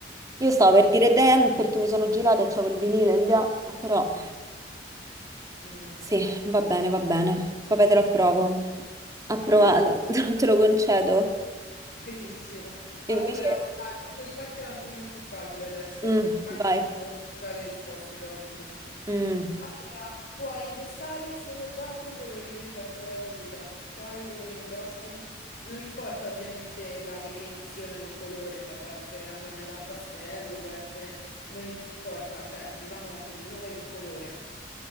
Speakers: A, on the right (about 20°); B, on the left (about 55°).
A: Io stavo per dire Damn perché mi sono girata e c'avevo il vinile là, però
B: Mm.
A: sì, va bene, va bene. Vabbè, te lo approvo. Approvato,
B: <laughs>
A: <laughs> te lo concedo.
B: Benissimo. Allora,
A: Invece,
B: dai, cerco di fartela un pochino più facile adesso,
A: mm,
B: anche
A: vai.
B: se conosco già le risposte probabilmente.
A: Mm.
B: Allora, puoi indossare solo quattro colori per il resto della tua vita. Quali colori indossi? Non importa ovviamente la declinazione del colore, cioè può essere una tonalità pastello, può essere... Non importa, cioè diciamo il nome del colore.